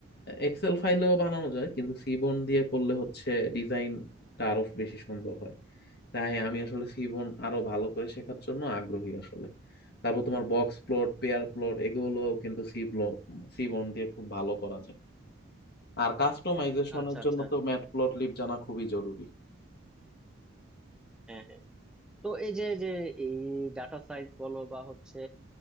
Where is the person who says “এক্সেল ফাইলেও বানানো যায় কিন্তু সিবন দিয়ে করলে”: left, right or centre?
Left